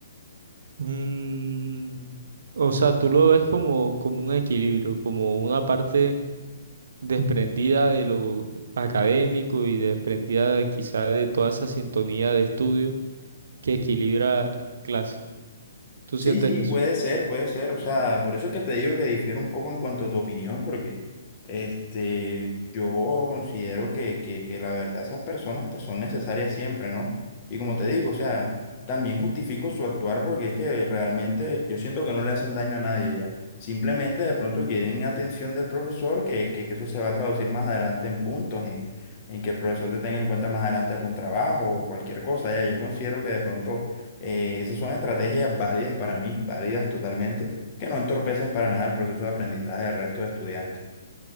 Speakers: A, on the right (about 70°); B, on the left (about 35°).
A: Mm, o sea, tú lo ves como, como un equilibrio, como una parte desprendida de lo académico y desprendida de- quizá de toda esa sintonía de estudio que equilibra la clase. ¿Tú
B: Sí,
A: sientes
B: sí,
A: eso?
B: puede ser, puede ser. O sea, por eso es que te digo que difiero un poco en cuanto a tu opinión, porque este, yo considero que, que, que la verdad esas personas pues son necesarias siempre, ¿no? Y como te digo, o sea, también justifico su actuar porque es que realmente yo siento que no le hacen daño a nadie ya. Simplemente de pronto quieren atención del profesor, que, que, que eso se va a traducir más adelante en puntos, en, en que el profesor te tenga en cuenta más adelante para un trabajo o cualquier cosa. Ya, yo considero que de pronto eh, esas son estrategias válidas para mí, válidas totalmente, que no entorpecen para nada el proceso de aprendizaje del resto de estudiantes.